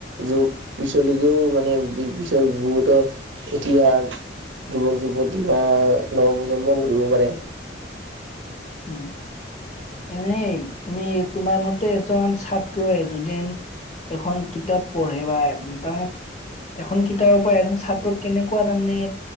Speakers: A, on the right; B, on the left.
A: য পিছলিকেও মানে পিছৰ বহুত ইতিহাস যুৱক যুৱতী বা নৱপ্ৰজন্ম পঢ়িব পাৰে
B: উম এনেই তুমি তোমাৰ মতে এজন ছাত্ৰই এযদিন এখন কিতাপ পঢ়ে বা তাৰমানে এখন কিতাপৰ পৰা এজন ছাত্ৰ কেনেকুৱা তাৰমানে